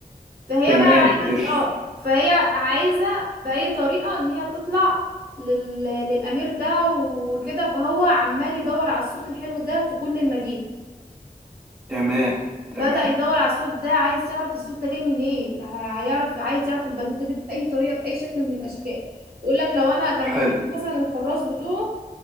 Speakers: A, on the right (about 80°); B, on the right (about 25°).
A: فهي
B: تمام
A: بقى عايزه
B: ايش
A: تت- اه فهي عايزه باي طريقه ان هي تطلع لل... للامير ده وكده فهو عمال يدور على الصوت الحلو ده في كل المدينه
B: تمام
A: بدأ
B: تمام
A: يدور على الصوت ده عايز يعرف الصوت ده جاي منين ه- هيعرف عايز يعرف البنوتة دي بأي طريقة بأي شكل من الأشكال يقول لك لو أنا كان
B: حلو
A: يك- مثلا الحراس بتوعه